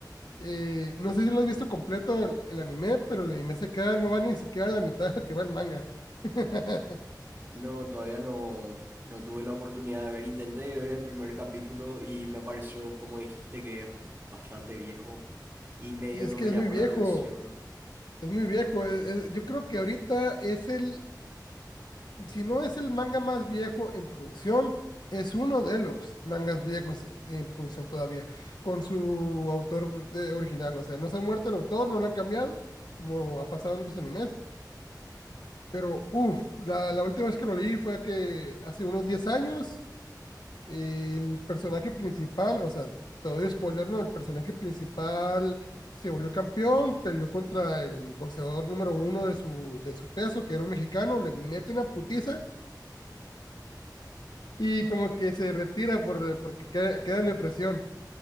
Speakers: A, on the left; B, on the right.
A: Eh, no sé si lo has visto completo el, el anime, pero el anime se queda, no va ni siquiera a la mitad de lo que va el manga. <laughs>
B: No, todavía no, no tuve la oportunidad de ver, intenté ver el primer capítulo y me pareció, como dijiste, que es bastante viejo y medio
A: Es
B: no
A: que
B: me
A: es
B: llamó
A: muy viejo,
B: la atención.
A: es muy viejo. es- es- yo creo que ahorita es el si no es el manga más viejo en producción, es uno de los mangas viejos en producción todavía, con su autor de, original. O sea, no se ha muerto el autor, no lo han cambiado, como ha pasado en otros animes. Pero, uff, la, la última vez que lo leí fue que hace unos 10 años, el personaje principal, o sea, todo spoiler, ¿no? El personaje principal se volvió campeón, peleó contra el boxeador número uno de su, de su peso, que era un mexicano, le mete una putiza Y como que se retira por, porque queda, queda en depresión.